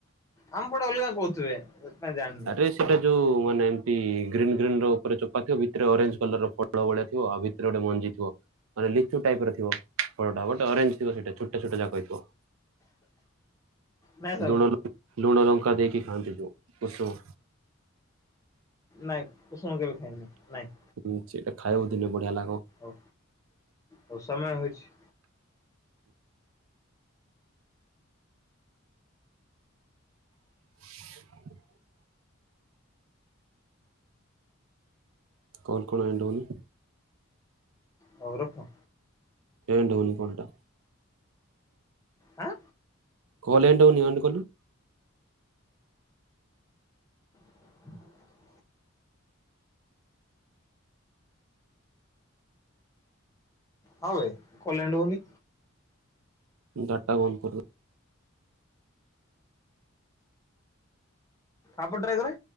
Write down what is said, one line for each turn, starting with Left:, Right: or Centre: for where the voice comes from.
Left: ଆମ ପଟେ ଅଲଗା କହୁଥିବେ? କାଇଁ ଜାଣିନି
Right: ଆରେ ସେଟା ଯୋଉ ମାନେ ଏମତି ଗ୍ରୀନ୍ ଗ୍ରୀନ ର ଉପରେ ଚୋପାକିବ ଭିତରେ ଅରେଞ୍ଜ କଲର ର ଫଳ ଭଳିଆ ଥିବ ଆଉ ଭିତରେ ଭିତରେ ଗୋଟେ ମଞ୍ଜିଥିବ? ମାନେ ଲିଚୁ ଟାଇପ ର ଥିବ ଫଳଟା ଗୋଟେ ଅରେଞ୍ଜ ଥିବ ସେଇଟ ଛୋଟ ଛୋଟ ଯାକ ଥିବ।
Left: ନାଇଁ ସାଙ୍ଗ
Right: ଲୁଣ ଲଙ୍କା ଲୋଣ ଲଙ୍କା ଦେଇକ ଖାଆନ୍ତି ଯୋଉ କୁସୁମ?
Left: ନାଇଁ କୁସୁମ କେବେ ଖାଇନି ନାଇଁ?
Right: ହୁ ସେଇଟା ଖାଇବ ଦିନେ ବଢିଆ ଲାଗିବ?
Left: ଓଉ ହଉ ସମୟ ହେଇଛି।
Right: <inaudible> କଣ କଣ ଏଣ୍ଡ ହଉନି?
Left: ହଉ ରଖ।
Right: ଏଡାଉନିକଣ୍ଟା
Left: ହଁ।
Right: କହଲେଣ୍ଡଉ ନି ଅନ୍ କଲୁ।
Left: <inaudible> ହଁବେ କଲ୍ୟାଣ୍ଡ ହଉନି।
Right: ଡାଟ ବନ୍ଦ କରିଦେ
Left: ଆପଣ ଟ୍ରାଏ କରେ